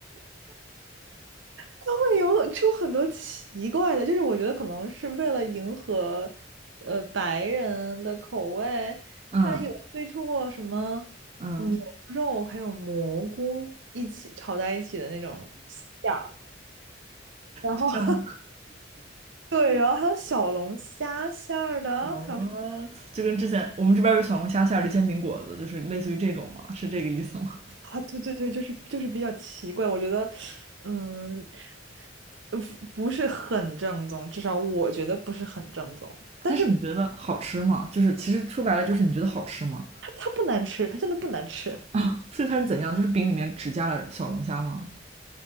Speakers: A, on the right; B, on the right.
A: 它会有出很多奇怪的，就是我觉得可能是为了迎合，呃，白人的口味，
B: 嗯
A: 它有推出过什么
B: 嗯，
A: 牛肉还有蘑菇一起炒在一起的那种馅儿，然后
B: 就像
A: <laughs> 对，然后还有小龙虾馅儿的，
B: w h
A: 还有什么
B: 就跟之前我们这边有小龙虾馅儿的煎饼果子，就是类似于这种嘛，是这个意思吗？
A: 啊？对对对，就是就是比较奇怪，我觉得，嗯，呃不不是很正宗，至少我觉得不是很正宗，
B: <laughs>
A: 但是
B: 但是你觉得好吃吗？就是其实说白了就是你觉得好吃吗？
A: 它它不难吃，它真的不难吃。
B: <laughs> 所以它是怎样？就是饼里面只加了小龙虾吗？